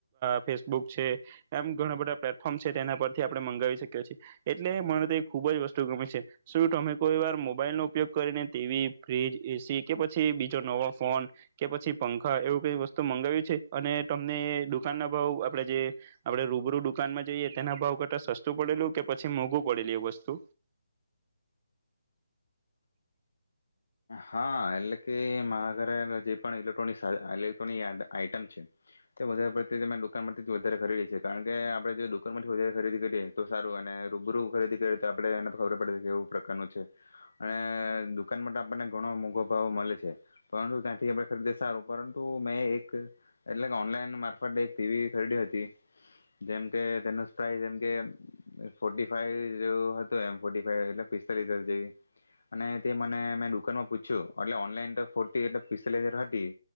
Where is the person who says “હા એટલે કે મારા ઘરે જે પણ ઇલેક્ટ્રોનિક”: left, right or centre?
Left